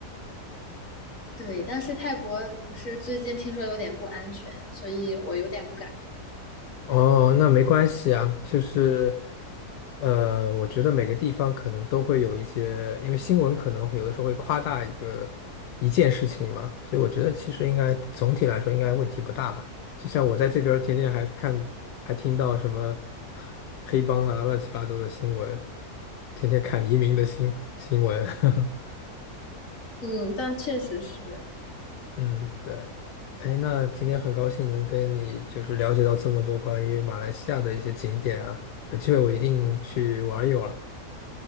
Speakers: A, on the left; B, on the left.
A: 对。但是泰国不是最近听说有点不安全，所以我有点不敢。
B: 哦，那没关系啊，就是，呃，我觉得每个地方可能都会有一些，因为新闻可能会有的时候会夸大一个一件事情嘛，所以我觉得其实应该总体来说应该问题不大吧。就像我在这边儿天天还看，还听到什么黑帮啊、乱七八糟的新闻，天天看移民的新新闻。<laughs>
A: 嗯，但确实是。
B: 嗯，对。哎，那今天很高兴能跟你就是了解到这么多关于马来西亚的一些景点啊，有机会我一定去玩一玩。